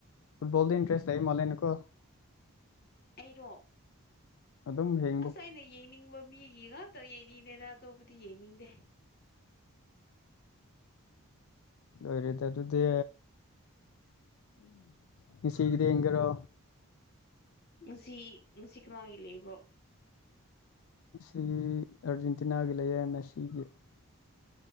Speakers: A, on the left; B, on the left.
A: ꯐꯨꯠꯕꯜꯗ ꯏꯟꯇ꯭ꯔꯦꯁ ꯂꯩꯏ ꯃ ꯂꯩꯦꯅꯀꯣ
B: ꯑꯩꯔꯣ
A: ꯑꯗꯨꯝ ꯍꯦꯛ
B: ꯑꯁ ꯑꯩꯅ ꯌꯦꯡꯅꯤꯡꯕ ꯃꯤꯒꯤ ꯉꯥꯛꯇ ꯌꯦꯡꯅꯤꯡꯗꯦꯗ ꯑꯇꯣꯞꯄꯗꯤ ꯌꯦꯡꯅꯤꯡꯗꯦ
A: ꯂꯣꯏꯔꯦꯠꯇꯣꯗꯤ ꯉꯁꯤꯒꯤꯗ ꯌꯦꯡꯈꯔꯣ
B: ꯉꯁꯤ ꯉꯁꯤ ꯀꯅꯒꯂꯦ ꯏꯕ꯭ꯔꯣ
A: ꯁꯤ ꯑꯥꯔꯖꯦꯟꯇꯤꯅꯥꯒꯤ ꯂꯩꯌꯦ ꯃꯦꯁꯤꯒꯤ